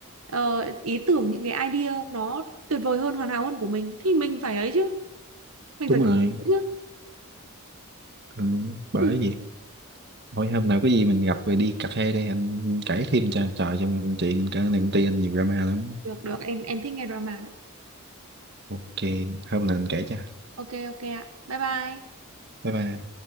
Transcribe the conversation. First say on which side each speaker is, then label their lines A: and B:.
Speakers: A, on the right (about 75°); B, on the right (about 50°).
A: ờ, ý tưởng những cái idea nó tuyệt vời hơn hoàn hảo hơn của mình thì mình phải ấy chứ mình
B: đúng
A: phải có
B: rồi
A: chứ
B: ừ, bởi
A: Ừ.
B: gì mỗi hôm nào có gì mình gặp rồi đi cà phê đây anh kể thêm cho trời trong chuyện cái này công ty anh nhiều drama lắm
A: được được em em thích nghe drama đấy
B: ok hôm nào anh kể cho
A: ok ok ạ bye bye
B: bye bye